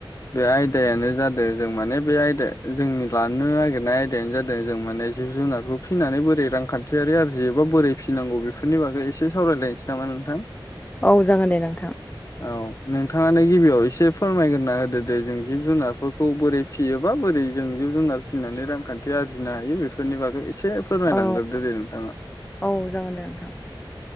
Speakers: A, on the left; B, on the left.
A: बे आयदायानो जादों जों माने बे आयदा जोंनि लानो नागिरनाय आयदायानो जादों जों माने जिब-जुनारखौ फिनानै बोरै रां खान्थियारि आरजियोबा बोरै फिनांगौ बेफोरनि बागै एसे सावरायलायनोसै नामा नोंथां।
B: औ जागोन दे नोंथां।
A: औ। नोंथाङानो गिबियाव एसे फोरमायग्रोना होदो दे जों जिब जुनारफोरखौ बोरै फियोबा बोरै जों जिब-जुनार फिनानै रांखान्थि आरजिनो हायो बेफोरनि बागै एसे फोरमायलांग्रोदो
B: औ
A: दे नोंथाङा।
B: औ जागोन दे नोंथां।